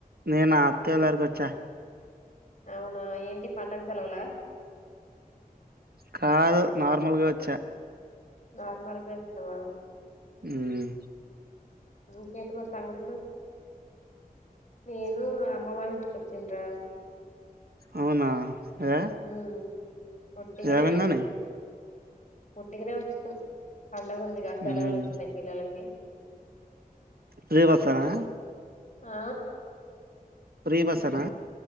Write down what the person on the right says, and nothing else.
నేను అత్త్యగారికి వచ్చా
కాదు నార్మల్గా వచ్చా
ఉమ్
అవునా ఏ
ఏవైందని
ఉమ్,
ఫ్రీ బస్సనా
ఫ్రీ బస్స్నా